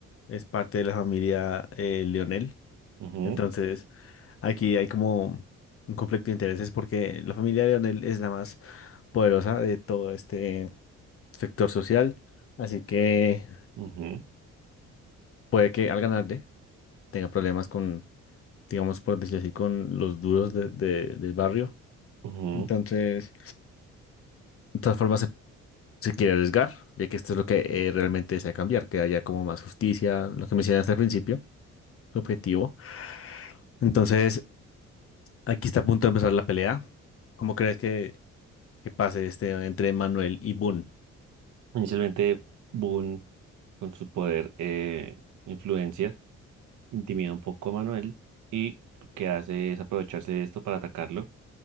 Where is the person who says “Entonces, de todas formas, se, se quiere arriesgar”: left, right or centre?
Left